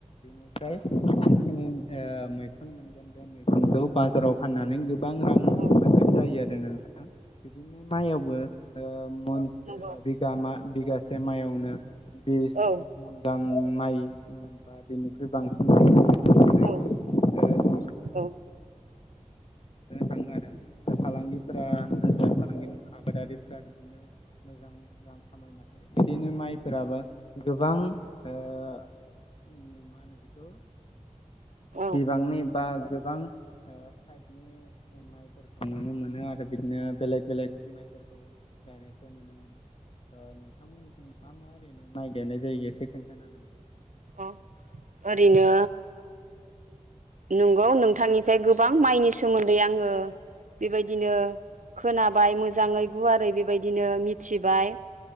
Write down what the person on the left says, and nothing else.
बेनिफ्राय ओ मैखुन मोनगोन बे मैखुनखौ बाजाराव फाननानै गो गोबां रां मोनाय
जायो आरो नोंथां बिदिनो माइआवबो ओ ओ
बिगा मा बिगासे मयावनो बिस
मनगाम माइ बा बेनिख्रुइ बांसिन जों
नुनो ओ थाङो आरो दा फालांगिफोरा बेफार फालांगि आबादारिफोरा बिदिनो मोजां रां खामायनो हायो बिदिनो माइफोराबो गोबां ओ <inaudible> मा होनो बेखौ
बिबांनि बा गोबां ओ <inaudible> थाइपनि जों माइफोरखौ नुनो मोनो आरो बिदिनो बेलेक-बेलेक माइफोरखौ गायनाय <inaudible> नुनो मोनो ओनोंथांमोननिथि मा-मा ओरैनो माइ गायनाय जायगसो खोन्थानो हागोन नामा।